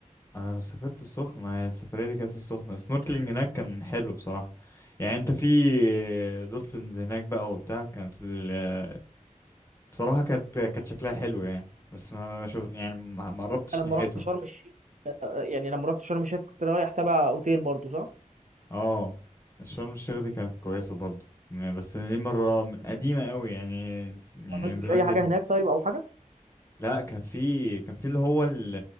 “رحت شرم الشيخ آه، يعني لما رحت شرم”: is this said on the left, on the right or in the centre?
Right